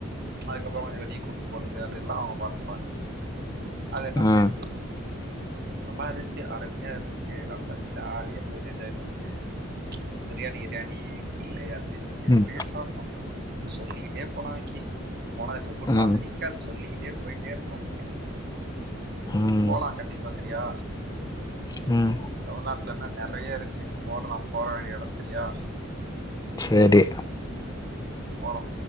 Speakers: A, on the right (about 55°); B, on the left (about 20°).
A: அதுக்கப்புறமா வெளிய கூப்ட்டு போறது அது எல்லா அவுங்க பாத்துப்பாங்க அதெல்லா
B: ம்
A: சேத்தி நல்லா இருந்துச்சு அருமையா இருந்துச்சு நல்லா ஜாலியா போய்ட்டு என்ஜாய் பண்ட்டு பிரியாணி கிரியாணி கிரில்லு அது இதுன் நெறைய
B: ம்
A: சாப்ட்டோ இன்னு சொல்லிக்கிட்டே போலா விக்கி போனத ட்ரிப்ப்புன்னு
B: ம்
A: அது நிக்காது சொல்லிக்கிட்டே போயிட்டே இருக்கலா
B: ம்
A: போலா கண்டிப்பா சரியா
B: ம்
A: தமிழ்நாட்ல இன்னு நெறைய இருக்கு போற போற வேண்டிய எடோ சரியா
B: செரி
A: போறோ